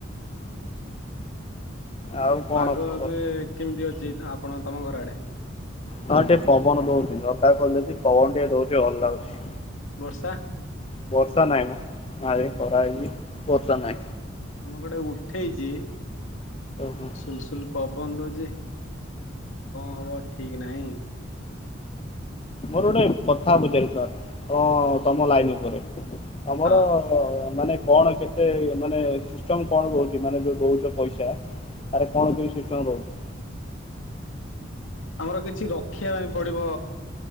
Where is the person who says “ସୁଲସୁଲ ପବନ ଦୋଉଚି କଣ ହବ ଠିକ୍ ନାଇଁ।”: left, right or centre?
Left